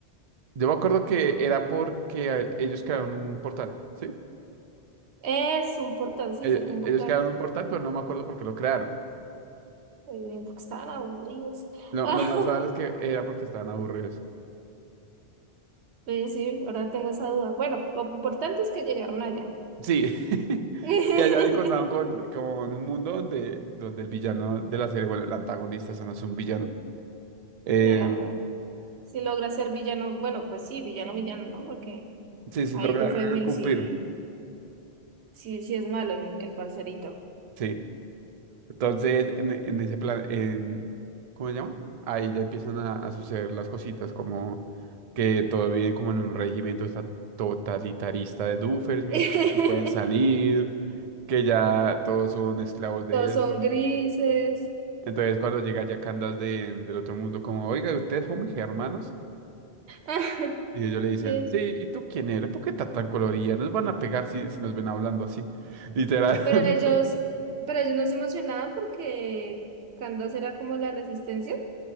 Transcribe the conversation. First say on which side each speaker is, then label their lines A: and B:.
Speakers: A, on the right (about 50°); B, on the right (about 80°).
A: Yo me acuerdo que era porque eh, ellos crearon un portal, ¿sí?
B: Es un portal, sí,
A: Eh,
B: es cierto,
A: eh,
B: un portal.
A: Ellos crearon un portal, pero no me acuerdo por qué lo crearon.
B: Eh, porque estaban aburridos.
A: Lo,
B: <laughs>
A: lo más raro es que era porque estaban aburridos.
B: Ah, oye, sí, ahora tengo esa duda. Bueno, lo importante es que llegaron allá.
A: Sí. <laughs>
B: <laughs>
A: Y allá se contaron con, con un mundo donde, donde el villano de la serie, bueno, el antagonista, eso no es un villano. eh,
B: Adelante. Si logra ser villano, bueno, pues sí, villano, villano, ¿no? Porque
A: sí, sí
B: ahí
A: logra
B: Dufresne
A: cumplir.
B: sí Sí, sí es malo el, el parcerito.
A: Sí. Entonces, en, en ese plan, en, ¿cómo se llama? Ahí ya empiezan a, a suceder las cositas, como que todo bien, como en un régimen tota- totalitarista de Doofermi,
B: <laughs>
A: que no pueden salir, que ya todos son esclavos de
B: Todos
A: él.
B: son grises.
A: Entonces cuando llega ya Candace de, del otro mundo, como, oiga, ¿ustedes son mis hermanos?
B: <laughs>
A: Y ellos le dicen,
B: Sí,
A: sí, ¿y tú quién eres? ¿Por qué estás tan colorida? Nos van a pegar si, si nos ven hablando así. <laughs> Literal.
B: Pero
A: <laughs>
B: ellos, pero ellos no se emocionaban porque Candace era como la resistencia.